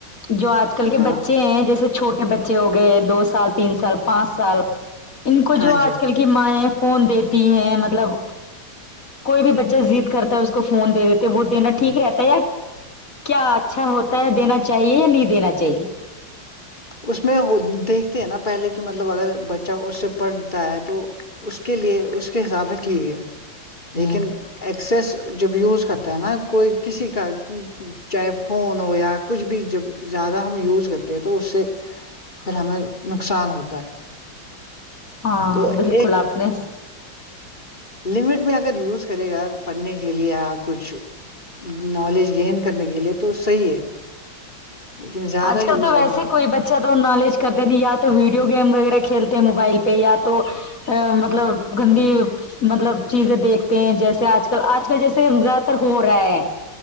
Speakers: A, on the left; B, on the left.
A: جو آج کل کے
B: ہاں
A: بچے ہیں جیسے چھوٹے بچے ہو گئے دو سال تین سال پانچ سال ان کو
B: ہاں
A: جو
B: جی
A: آج کل کہ مائیں فون دیتی ہیں مطلب کوئی بھی بچہ زید کرتا ہے اس کو فون دے دیتے وہ دینا ٹھیک رہتا ہے یا کیا اچھا ہوتا ہے دینا چاہیے یا نہیں دینا چاہیے
B: اس میں دیکھتے ہیں نا پہلے کہ مطلب اگر بچہ اس سے پڑھتا ہے تو اس کے لیے اس کے حساب سے ٹھیک ہے لیکن ایکسس جب یوز کرتا ہے نا کوئی کسی کا چاہے فون ہو یا کچھ بھی جب زیادہ ہم یوز کرتے تھے تو اس سے پھر ہمیں نقصان ہوتا ہے
A: ہاں
B: تو
A: بالکل
B: ایک
A: آپ نے
B: لمٹ میں اگر یوز کرئے گا پڑھنے کے لیے یا کچھ نالج گین کرنے کے لیے تو صحیح ہے لیکن زیادہ
A: آج
B: یوز
A: کل تو ویسے
B: کرنا
A: کوئی بچہ تو نالج کرتے نہیں یا تو ویڈیو گیم وغیرہ کھیلتے موبائل پہ یا تو مطلب گندی مطلب چیزیں دیکھتے ہیں جیسے آج کل آج کل جیسے زیادہ تر ہو رہا ہے